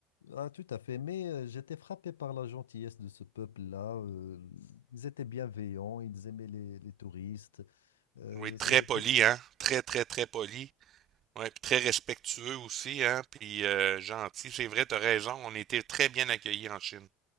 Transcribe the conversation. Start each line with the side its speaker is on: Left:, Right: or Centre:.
Left: Ah, tout à fait, mais euh, j'étais frappé par la gentillesse de ce peuple-là. euh, ils étaient bienveillants, ils aimaient les, les touristes. Euh,
Right: Oui, très
Left: ça- j'étais
Right: poli, hein? Très, très, très poli. Ouais, puis très respectueux aussi, hein? Puis euh, gentil. C'est vrai, t'as raison. On était très bien accueillis en Chine.